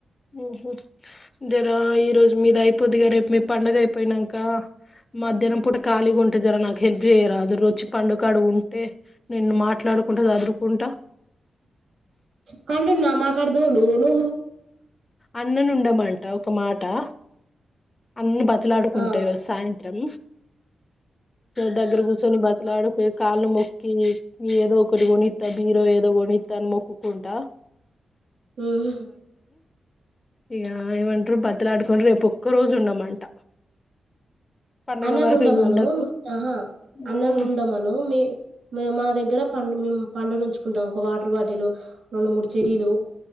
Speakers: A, on the left; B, on the right.
A: మ్ హ్ జరా ఈ రోజ్ మీద్ అయిపోద్దిగా రేప్ మీ పండగ అయిపోయినాంక మధ్యాహ్నం పూట ఖాళీగుంటె జర నాక్ హెల్ప్ చేయరాదురుచ్చి పండుగాడుగుంటే నేను మాట్లాడ్ కుంటా జదురుకుంటా
B: ఫండు నామా కాడ్దోలు ను
A: అన్ననుండమంట ఒక మాటా అన్ని బతిలాడుకుంట
B: ఆ
A: ఈరోజ్ సాయంత్రం దగర గుసోని బతిలాడుకొ కాళ్ళు మొక్కి ఏదో ఒకటి కొనిత్త బీరో ఏదో కొనిత్త అన్ మొక్కుకుంటా
B: మ్ హ్
A: ఇగా ఏమంటర్ బతిలాడుకొన్ రేప్ ఒక్క రోజ్ ఉండమంట పండగ
B: అన్ననుండమను
A: వరకు ఇక ఉండకు
B: అహా అన్ననుండమను
A: ఉమ్,
B: మీ మా దగ్గర పం మేమ్ పండుగ ఉంచుకుంటాము ఒక వాటర్ బాటిలు రెండ్ మూడ్ చెరీలు